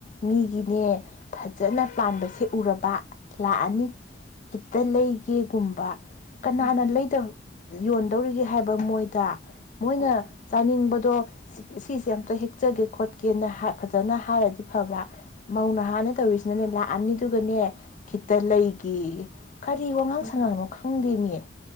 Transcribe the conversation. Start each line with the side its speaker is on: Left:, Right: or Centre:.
Left: ꯃꯤꯒꯤꯅꯦ ꯐꯖꯅ ꯄꯥꯟꯕꯁꯦ ꯎꯔꯕ ꯂꯥꯛꯑꯅꯤ꯫ ꯈꯤꯇ ꯂꯩꯒꯦꯒꯨꯝꯕ ꯀꯅꯥꯅ
Right: ꯎꯝ ꯎꯝ
Left: ꯂꯩꯗ ꯕ ꯌꯣꯟ ꯒꯤ ꯍꯥꯏꯕ ꯃꯣꯏꯗ ꯃꯣꯏꯅ
Right: ꯑꯣ
Left: ꯆꯥꯅꯤꯡꯕꯗꯣ ꯁꯤꯁꯦ ꯑꯝꯇ ꯍꯦꯛ ꯀꯛꯆꯒꯦ ꯈꯣꯠꯀꯦꯅ ꯍꯥꯏ ꯐꯖꯅ ꯍꯥꯏꯔꯗꯤ ꯐꯕ꯭ꯔꯥ ꯃꯧꯅ ꯅꯥꯍꯥꯅꯦ ꯇꯧꯔꯤꯁꯤꯅꯅꯦ ꯂꯥꯛꯑꯅꯤꯗꯨꯒꯅꯦ ꯈꯤꯇ ꯂꯩꯒꯦ ꯌꯦ ꯀꯔꯤ ꯋꯥꯉꯥꯡ
Right: ꯃꯥꯅꯦ
Left: ꯁꯉꯥꯡꯅꯣ ꯈꯪꯗꯦ ꯃꯤ